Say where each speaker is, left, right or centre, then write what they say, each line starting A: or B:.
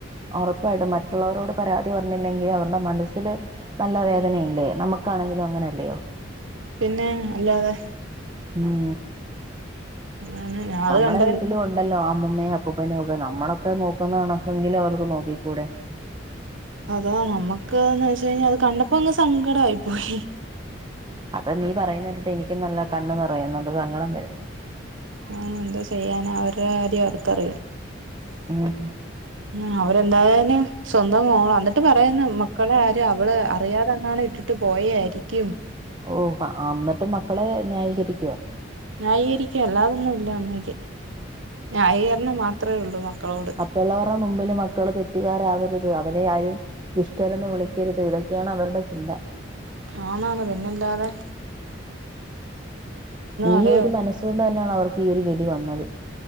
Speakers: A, on the right; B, on the right.
A: ഒറപ്പായിട്ടു മറ്റുള്ളവരോട് പരാതി പറഞ്ഞില്ലെങ്കിൽ അവരുടെ മനസ്സിില് നല്ല വേദനയില്ലേ. നമുക്കാണെങ്കിലും അങ്ങന അല്ലെയോ.
B: പിന്നെ അല്ലാതെ
A: ഉം
B: ഞാൻ അത്
A: നമ്മടെ
B: കണ്ടതിന്
A: വീട്ടില് കൊണ്ട് ഉണ്ടല്ലോ അമ്മൂയും അപ്പൂപ്പനും ഒക്കെ നമ്മളൊക്കെ നോക്കുന്നതണക്കെങ്കിലും അവർക്ക് നോക്കിക്കൂടെ.
B: അതാ നമുക്ക്ന്ന് വെച്ച കഴിഞ്ഞാൽ അത് കണ്ടപ്പോ അങ്ങ് സങ്കടയി പോയി
A: അത് നീ പറയുന്ന കേട്ട് എനിക്കും നല്ല കണ്ണ ന്ന് പററയുന്നുണ്ട് സങ്കടം വരുന്നു.
B: ആ എന്താ ചെയ്യാന അവരു കാര്ം അവർക്കറിയാം.
A: ആഹ്
B: ഉ അവര് എന്തായാലും സ്വന്തം മോളാ എന്നിട്ട് പറയുന്നെ മക്കളെ ആരും അവള് അറിയാതെന്നാണ് ഇട്ടിട്ട് പോയയിരിക്കും-
A: ഓഹ് അ എന്നിട്ടും മക്കളെ ന്യായീകരിക്കുവ
B: ന്യായീകരിക്ക അല്ലാതൊന്നുയില്ല അമ്മയ്ക്ക് ന്യായീകരണം മാത്രമേയുള്ളൂ മക്കളോട്
A: മറ്റുള്ളവരുടെ മുമ്പില് മക്കള് തെറ്റുകാരാവരുത് അവരെ ആരും ദുഷ്ടരെന്ന് വിളിക്കരുത് ഇതൊക്കെ - ഇത്‌യൊക്കെയാണ് അവരുടെ ചിന്ത
B: ആന് ആന് പിന്നെല്ലാതെ
A: ഈ
B: അതേ
A: ഒരു മനസ്സു കൊണ്ട് തന്നെയാണ് അവർക്ക് ഈ ഒരു ഗതി വന്നത്